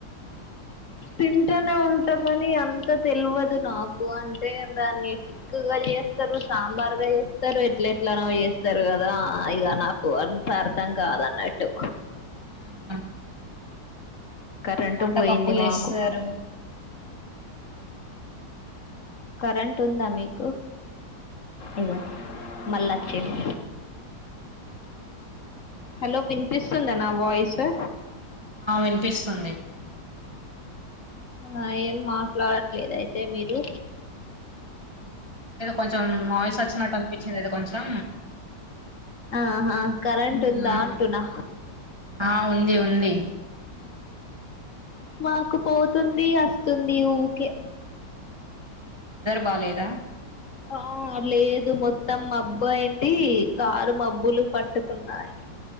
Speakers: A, on the left; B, on the right.
A: తింటనే ఉంటా గాని అంత తెల్వదు నాకు అంటే దాన్ని టిక్కుగా చేస స్తరు సాంబార్గా చేస్తారు ఎట్ల ఎట్లానో చేస్తారు కదా ఆ ఇగ
B: అవును
A: నాకు అంత అర్థం కాదన్నట్టు
B: ఊహు
A: కరెంటు
B: టమాట
A: పోయింది
B: పప్పు చేస్తారు
A: మాకు కరెంట్ ఉందా మీకు ఇ మల్లా చిండు హలో వినిపిస్తుం తన వాయిసు
B: ఆ వినిపిస్తుంది
A: ఆ ఏం మాట్లాడట్లేదు అయితే మీరు
B: కొంచం వాయిస్ వచ్చినట్టు అనిపించింది ఎదో కొంచెం
A: ఆహ కరెంట్
B: ఉమ్,
A: ఉందా అంటునా
B: ఆ ఉంది ఉంది
A: మాకు పోతుంది వస్తుంది ఊకే
B: బాలేద
A: ఆ లేదు మొత్తం మబ్బు అయిండి కారు మబ్బులు పట్టుకున్నాయి